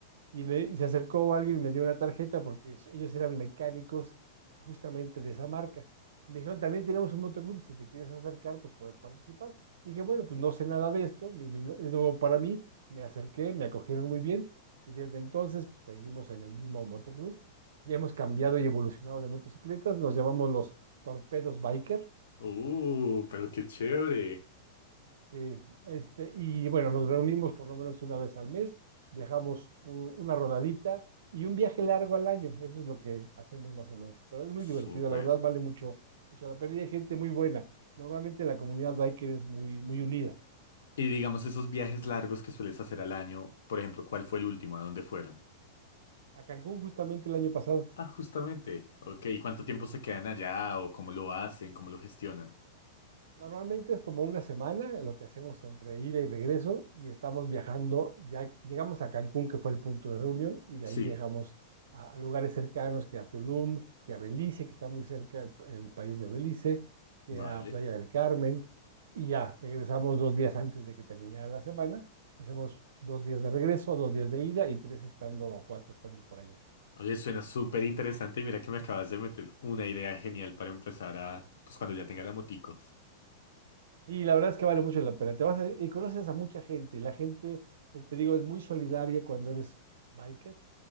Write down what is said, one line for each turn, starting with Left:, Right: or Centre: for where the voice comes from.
Right: y, le- y se acercó alguien y me dio una tarjeta porque es- ellos eran mecánicos justamente de esa marca. Me dijeron, también tenemos un motoclub, si te quieres acercar, pues puedes participar. Y dije, bueno, pues no sé nada de esto, es mi- es nuevo para mí, me acerqué, me acogieron muy bien y desde entonces pues, seguimos en el mismo motoclub. Ya hemos cambiado y evolucionado de motocicletas, nos llamamos los Torpedos Biker.
Left: Uh, pero qué chévere.
Right: Sí, este, y bueno, nos reunimos por lo menos una vez al mes, viajamos u- una rodadita y un viaje largo al año, eso es lo que hacemos más o menos. Pero es muy divertido,
Left: Súper.
Right: la verdad vale mucho, mucho la pena y hay gente muy buena. Normalmente la comunidad biker es muy, muy unida.
Left: Y digamos esos viajes largos que sueles hacer al año, por ejemplo, ¿cuál fue el último? ¿A dónde fueron?
Right: A Cancún justamente el año pasado.
Left: Ah, justamente. Ok, ¿y cuánto tiempo se quedan allá o cómo lo hacen, cómo lo gestionan?
Right: Normalmente es como una semana lo que hacemos entre ida y regreso y estamos viajando, ya llegamos a Cancún, que fue el punto de reunión, y de
Left: Sí,
Right: ahí viajamos a, a lugares cercanos, que a Tulum, que a Belice, que está muy cerca el, el país de Belice, que
Left: vale.
Right: a Playa del Carmen, y ya regresamos dos días antes de que terminara la semana, hacemos dos días de regreso, dos días de ida y tres estando o cuatro estando por allá.
Left: Oye, suena súper interesante y mira que me acabas de meter una idea genial para empezar a, pues cuando ya tenga la motico.
Right: Sí, la verdad es que vale mucho la pena. Te vas a- y conoces a mucha gente. La gente, eh, te digo, es muy solidaria cuando eres biker.